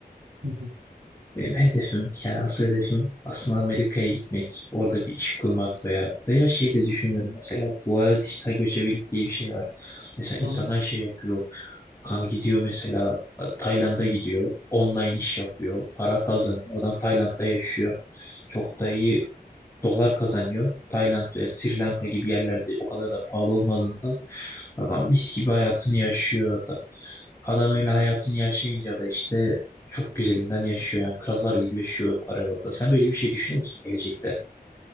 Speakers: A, on the right; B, on the left.
A: Hı hı.
B: Benim hedefim, yani asıl hedefim aslında Amerika'ya gitmek. Orada bir iş kurmak veya veya şey de düşünüyorum mesela. Bu arada dijital göçebelik diye bir şey var. Mesela insanlar
A: Hı hı.
B: şey yapıyor. Kan gidiyor mesela Tayland'a gidiyor. Online iş yapıyor. Para kazanıyor. Adam Tayland'da yaşıyor. Çok da iyi dolar kazanıyor. Tayland ve Sri Lanka gibi yerlerde o kadar da pahalı olmadığından adam mis gibi hayatını yaşıyor orada. Adam öyle hayatını yaşayınca da işte çok güzelinden yaşıyor yani krallar gibi yaşıyor parayı orada. Sen böyle bir şey düşünüyor musun gelecekte?